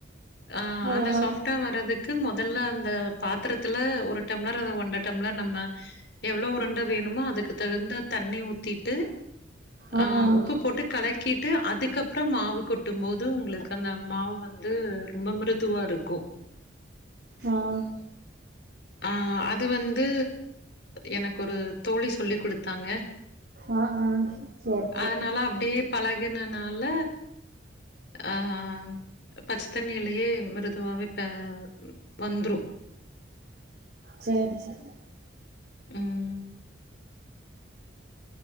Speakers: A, on the left; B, on the right.
A: ஆஹ்
B: ஆ
A: அந்த
B: ஆ
A: சாஃப்டா வர்ரதுக்கு மொதல்ல அந்த பாத்திரத்துல ஒரு டம்ளர் அத ஒண்ற டம்ளர் நம்ம எவ்ளோ உருண்ட வேணுமோ அதுக்கு தகுந்த தண்ணி ஊத்திட்டு
B: ஆ
A: ஆஹ் உப்பு போட்டு கலக்கிட்டு அதுக்கு அப் டா மாவு கொட்டும் போது உங்களுக்கு அந்த மா வந்து ரொம்ப மிருது துவா இருக்கு
B: ஆ ஆ
A: ஆஹ் அது வந்து எனக்கு ஒரு தோழி சொல்லிக் குடுத்தாங்க
B: ஆ ஆ சேரி சேரி
A: அதனால அப்டியே பழகினனால ஆஹ் பச்சத்தண்ணியிலயே மிருதுவாவே ஆ வந்துரு
B: செரி செரி
A: உம்